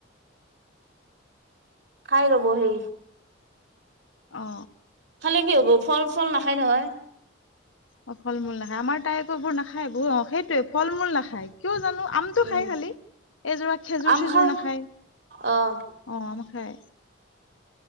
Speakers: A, on the right; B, on the left.
A: খাই ৰব সি।
B: অ
A: খালে কি হ'ব ফল চল নাখায় নহয়।
B: অ ফল মূল নাখায় আমাৰ তাই কবোৰ নাখায় সেইটোৱে ফল মূল নাখায় কিয় জানো আমটো
A: উম,
B: খাই খালি! এইযোৰা খেজুৰ
A: আম
B: চেজুৰ
A: খাই
B: নাখায়
A: অ',
B: অ আম খায়।